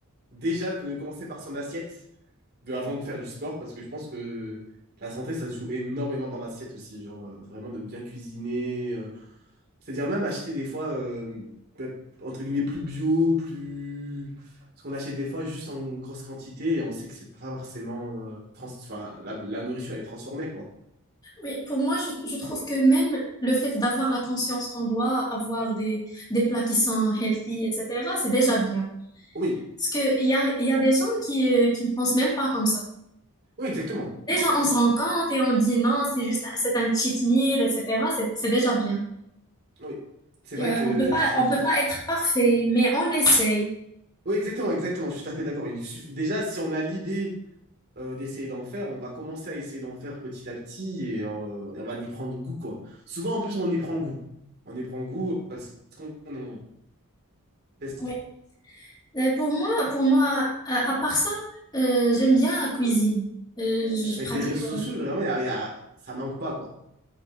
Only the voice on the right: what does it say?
déjà de commencer par son assiette de, avant de faire du sport, parce que je pense que la santé, ça se joue énormément dans l'assiette aussi, genre euh, vraiment de bien cuisiner, euh, c'est-à-dire même acheter des fois, euh, bah, entre guillemets, plus bio, plus... Parce qu'on achète des fois juste en grosse quantité et on sait que c'est pas forcément... euh, trans... enfin, la, la nourriture, elle est transformée, quoi.
Oui,
oui, exactement.
Oui, c'est vrai
que
c'est
important.
Oui, exactement, exactement, je suis tout à fait d'accord. Il suff- Déjà, si on a l'idée euh, d'essayer d'en faire, on va commencer à essayer d'en faire petit à petit et, euh, et on va y prendre goût, quoi. Souvent, en plus, on y prend goût. On y prend goût parce qu'on on teste
euh,
avec
les réseaux
sociaux, vraiment, y a- y a- ça manque pas, quoi.